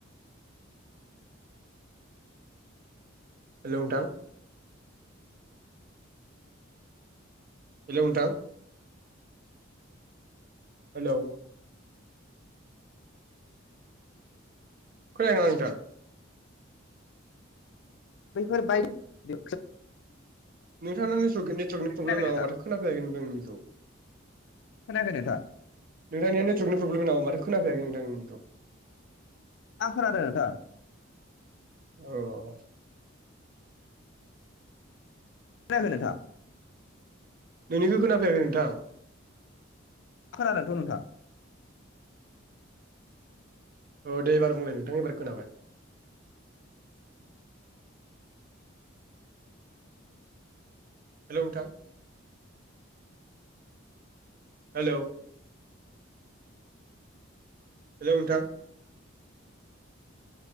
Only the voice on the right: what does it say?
हेल' नोंथां! हेल' नोथां! हेलौ खोनायाखै नामा नोंथां?
नोंथांना नेटवर्क नेटवर्कनि
प्रब्लेम नामा?
माथो खोनाफैयाखै नोंथां निखौ
नोंथांनिया नेटवर्कनि प्रब्लेम नामा माथो खोनाफाययाखै नोंथांनिखौ?
औ
नोंनिखौ खोनाफैयाखै नोंथां।
औ दे एबार बुंलाय नोंथां एबार खोनाबाय। हेल' नोंथां। हेलौ हेल' नोंथां।